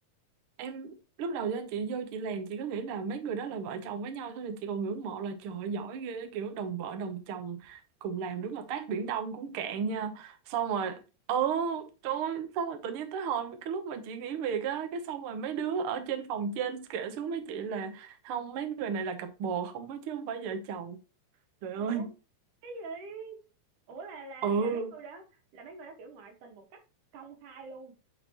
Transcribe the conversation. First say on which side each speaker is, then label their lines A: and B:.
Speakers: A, on the right (about 60°); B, on the right (about 85°).
A: em lúc đầu cho chị vô chị làm chị cứ nghĩ là mấy người đó là vợ chồng với nhau thôi là chị còn ngưỡng mộ là trời ơi, giỏi ghê kiểu đồng vợ đồng chồng cùng làm đúng là tát biển đông cũng cạn nha xong rồi ừ trời ơi, xong rồi tự nhiên tới hồi cái lúc mà chị nghỉ việc á cái xong rồi mấy
B: <laughs>
A: đứa ở trên phòng trên kể xuống với chị là không mấy người này là cặp bồ không á chứ không phải vợ chồng trời
B: ủa
A: ơi
B: cái gì ủa là là
A: ừ
B: là mấy người đó là mấy người đó kiểu ngoại tình một cách công khai luôn